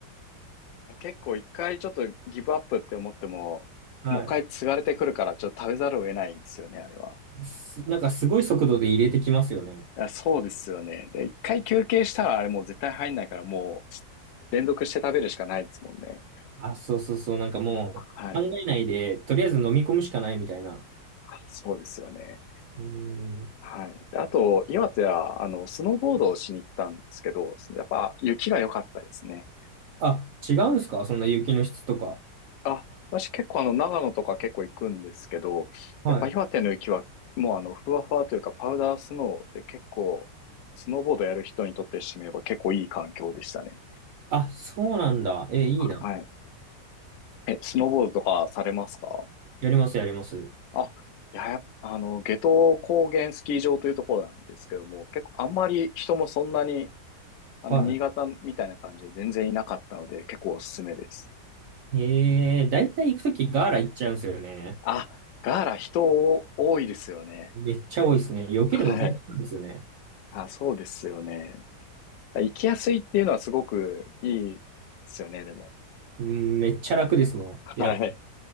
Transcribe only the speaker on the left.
あ、<laughs> 結構一回ちょっとギブアップって思っても、
もう一回継がれてくるからちょっと食べざるを得ないんですよね、あれは。
やそうですよね。で、一回休憩したらあれもう絶対入んないから、もう連続して食べるしかないですもんね。
はい。
あそうですよね。
はい。であと、岩手は、あの、スノーボードをしに行ったんですけど、やっぱ雪が良かったですね。
あ、私結構あの、長野とか結構行くんですけど、
やっぱ岩手の雪はもうあの、ふわふわというかパウダースノーで結構、スノーボードやる人にとってしてみれば結構いい環境でしたね。
はい。え、スノーボードとかされますか
あ、いや、やっぱあの、夏油高原スキー場というところなんですけども、結構あんまり人もそんなに、あの、
新潟みたいな感じで全然いなかったので、結構おすすめです。
あ、ガーラ人多いですよね。
はい。あ、そうですよね。行きやすいっていうのはすごくいいですよね、でも。
はい。